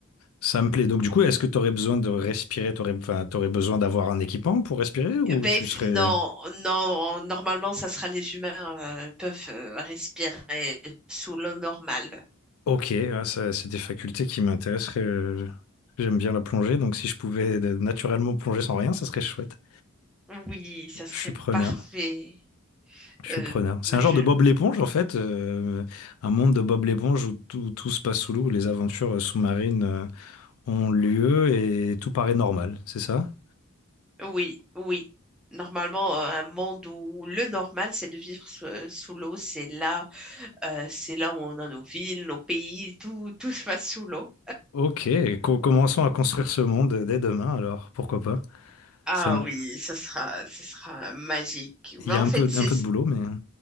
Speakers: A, on the left; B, in the centre.
A: Ça me plaît. Donc, du coup, est-ce que tu aurais besoin de respirer? T'aurais, enfin, t'aurais besoin d'avoir un équipement pour respirer ou
B: Ben,
A: tu
B: f-
A: serais...
B: non, non, normalement, ça sera les humains euh, peuvent euh, respirer sous l'eau normale.
A: Ok, ouais, ça, c'est des facultés qui m'intéresseraient. euh, J'aime bien la plongée, donc si je pouvais euh, naturellement plonger sans rien, ça serait chouette.
B: Oui, ça serait
A: Je suis preneur.
B: parfait.
A: Je suis
B: Euh,
A: preneur. C'est
B: je...
A: un genre de Bob l'éponge, en fait. euh, un monde de Bob l'éponge où tout, tout se passe sous l'eau, où les aventures euh, sous-marines euh, ont lieu et tout paraît normal, c'est ça?
B: Oui, oui. Normalement, euh, un monde où le normal, c'est de vivre sous, euh, sous l'eau. C'est là, euh, c'est là où on a nos villes, nos pays, tout, tout se passe sous l'eau.
A: Ok, co- commençons à construire ce monde dès demain, alors, pourquoi pas?
B: Ah
A: Ça, me-
B: oui, ça sera, ça sera magique.
A: il
B: Mais
A: y
B: en
A: a un
B: fait,
A: peu,
B: c'est
A: un peu de boulot, mais...